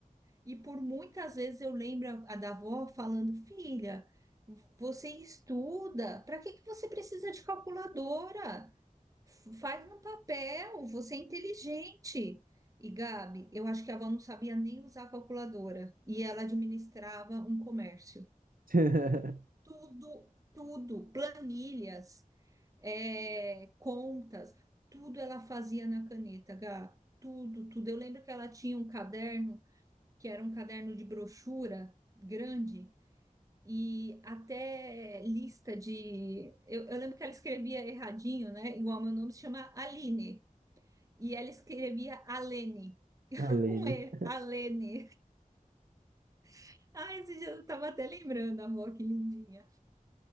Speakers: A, on the right (about 25°); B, on the right (about 80°).
A: E por muitas vezes eu lembro a, a da avó falando, filha, você estuda, para que que você precisa de calculadora? F- Faz no papel, você é inteligente. E Gabi, eu acho que a avó não sabia nem usar a calculadora e ela administrava um comércio.
B: <laughs>
A: Tudo, tudo, planilhas é, contas, tudo ela fazia na caneta, Gá. Tudo, tudo. Eu lembro que ela tinha um caderno, que era um caderno de brochura grande, e até lista de. Eu, eu lembro que ela escrevia erradinho, né? Igual meu nome se chama Aline. E ela escrevia Alene,
B: A Lene.
A: com E, Alene. <laughs> Ai, esse dia eu tava até lembrando, amor, que lindinha.